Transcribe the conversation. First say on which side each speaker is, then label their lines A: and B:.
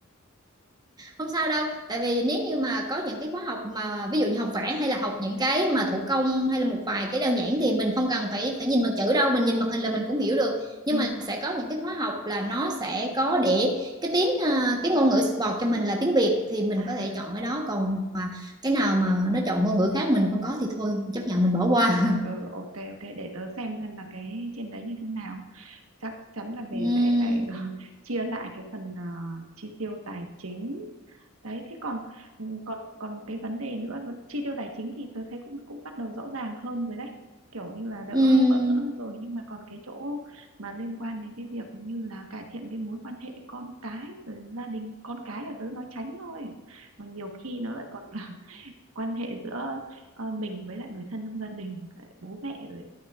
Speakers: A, on the right (about 20°); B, on the right (about 85°).
A: không sao đâu tại vì nếu như mà có những cái khóa học mà ví dụ như học vẽ hay là học những cái mà thủ công hay là một vài cái đơn giản thì mình không cần phải phải nhìn bằng chữ đâu mình nhìn màn hình là mình cũng hiểu được nhưng
B: Ừ.
A: mà sẽ có những cái khóa học là nó sẽ có để cái tiếng à, cái ngôn ngữ support cho mình là tiếng Việt thì mình
B: À,
A: có thể chọn cái đó còn mà cái nào mà nó chọn ngôn ngữ khác mình không có thì thôi chấp nhận mình bỏ qua
B: ừ,
A: <laughs>
B: ok ok để tớ xem xem là cái trên đấy như thế nào. Chắc chắn là về
A: Ừm,
B: sẽ phải <laughs> chia lại cái phần ờ, chi tiêu tài chính đấy thế còn ừ, còn còn một cái vấn đề nữa vấn- chi tiêu tài chính thì tôi thấy cũng cũng bắt đầu rõ ràng hơn rồi đấy kiểu như là đỡ
A: ừm,
B: bỡ ngỡ hơn rồi nhưng mà còn cái chỗ mà liên quan đến cái việc như là cải thiện cái mối quan hệ con cái rồi gia đình con cái là tớ nói tránh thôi còn nhiều khi nó lại còn là <laughs> quan hệ giữa ờ, mình với lại người thân trong gia đình bố mẹ rồi